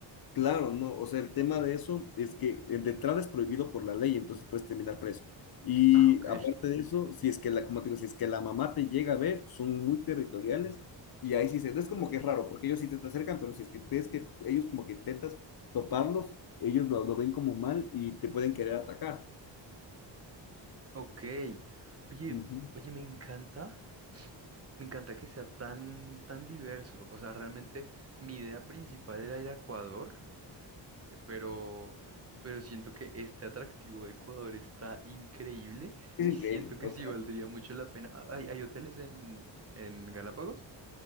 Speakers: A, on the left (about 55°); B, on the right (about 30°).
A: Claro, no, o sea, el tema de eso es que eh, de entrada es prohibido por la ley, entonces puedes terminar preso. Y
B: Ah, ok.
A: aparte de eso, si es que la, como te digo, si es que la mamá te llega a ver, son muy territoriales y ahí sí se, no es como que es raro, porque ellos sí te te acercan, pero si es que ves que ellos como que intentas toparlos, ellos lo, lo ven como mal y te pueden querer atacar.
B: Ok. Oye,
A: Ujú.
B: oye, me encanta, me encanta que sea tan, tan diverso. O sea, realmente mi idea principal era ir a Ecuador, eh, pero, pero siento que este atractivo de Ecuador está increíble
A: Es
B: y
A: increíble,
B: siento que
A: o
B: sí
A: sea,
B: valdría mucho la pena. Ah, ¿Hay, hay hoteles en, en Galápagos?